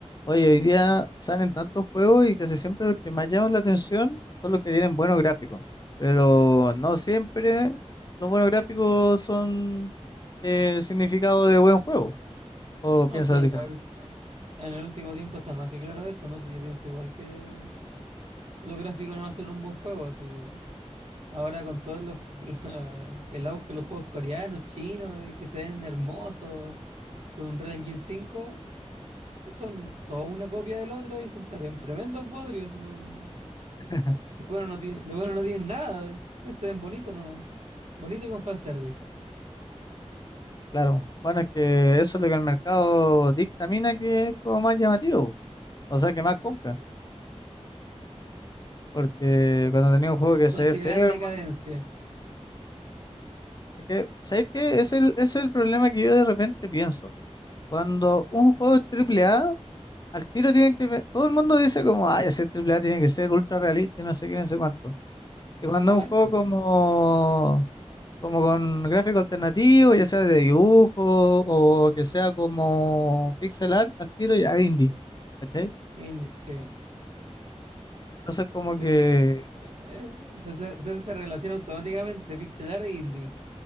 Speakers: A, on the left; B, on the right.
A: Oye, hoy día salen tantos juegos y casi siempre los que más llaman la atención son los que tienen buenos gráficos. Pero no siempre los buenos gráficos son eh, significado de buen juego. ¿O
B: No,
A: piensas
B: sí,
A: diferente?
B: ahorita- en el último tiempo está más que claro eso, ¿no? Si yo pienso igual que los gráficos no va a ser un buen juego, si ahora con todos los <laughs> la- el auge de los juegos coreanos, chinos y que se ven hermosos con un Unreal Engine 5, son toda una copia del otro y son terre- tremendos bodrios, y no- de
A: <laughs>
B: bueno no tienen, de bueno no tienen nada, se ven bonitos nomás, bonito y con fanservice.
A: Claro. Bueno, es que eso es lo que el mercado dictamina que es como más llamativo. O sea, que más compran. Porque
B: No.
A: cuando tenía un juego que
B: Sociedad
A: se ve feo,
B: en decadencia.
A: weón, es que, ¿sabes qué? Es el, es el problema que yo de repente pienso. Cuando un juego es triple A. Al tiro tienen que ver. Todo el mundo dice como, ay, ese AAA tiene que ser ultra realista y no sé qué, no sé cuánto. Y cuando
B: Está
A: es
B: mal,
A: un juego
B: po.
A: como, como con gráfico alternativo, ya sea de dibujo o que sea como pixel art, al tiro ya es indie. ¿Cachai?
B: Y- Sí.
A: Entonces como
B: Sí,
A: que,
B: Eh, se hace, se hace esa relación automáticamente, pixelar e indie.